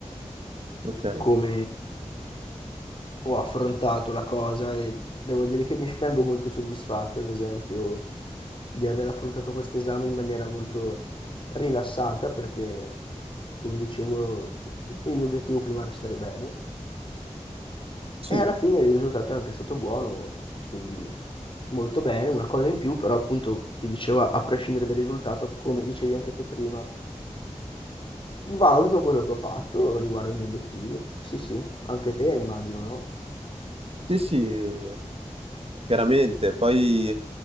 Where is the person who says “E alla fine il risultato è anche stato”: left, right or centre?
Left